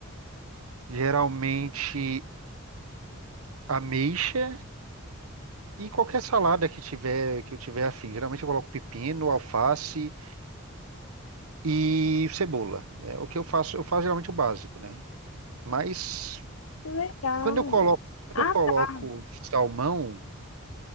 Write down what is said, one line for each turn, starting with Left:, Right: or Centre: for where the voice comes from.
Right: geralmente ameixa e qualquer salada que tiver que eu tiver afim. Geralmente eu coloco pepino, alface e cebola. É o que eu faço, eu faço geralmente o básico, né? Mas
Left: que legal.
Right: quando eu coloco, quando
Left: Ah,
Right: eu coloco
Left: tá,
Right: salmão,